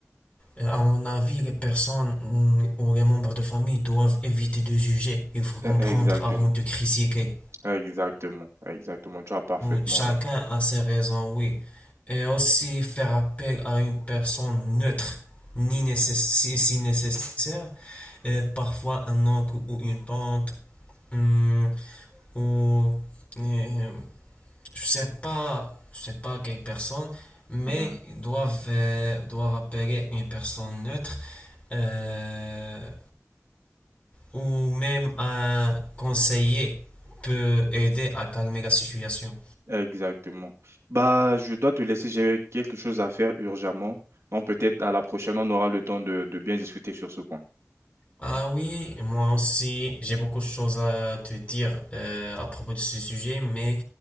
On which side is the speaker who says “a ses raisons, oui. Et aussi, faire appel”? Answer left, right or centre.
Left